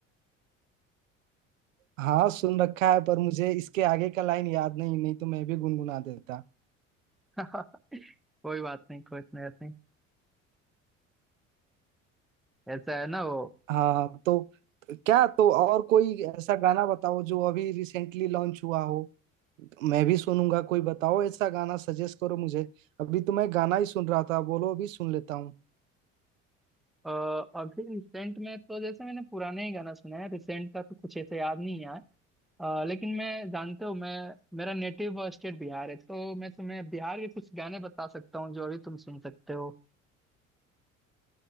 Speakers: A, on the right (about 75°); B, in the centre.
A: हाँ सुन रखा है पर मुझे इसके आगे का लाइन याद नहीं नहीं तो मैं भी गुनगुना देता
B: <laughs> कोई बात नहीं कोई इतनी बात नहीं ऐसा है ना वो
A: हाँ तो क्या तो और कोई ऐसा गाना बताओ जो अभी रिसेंटली लॉन्च हुआ हो मैं भी सुनूंगा कोई बताओ ऐसा गाना सजेस्ट करो मुझे अभी तो मैं गाना ही सुन रहा था बोलो अभी सुन लेता हूँ
B: अ, अभी रिसेंट में तो जैसे मैंने पुराने ही गाना सुना है रिसेंट का तो कुछ ऐसे याद नहीं है अ, लेकिन मैं जानते हो मैं मेरा नेटिव स्टेट बिहार है तो मैं तुम्हें बिहार के कुछ गाने बता सकता हूँ जो अभी तुम सुन सकते हो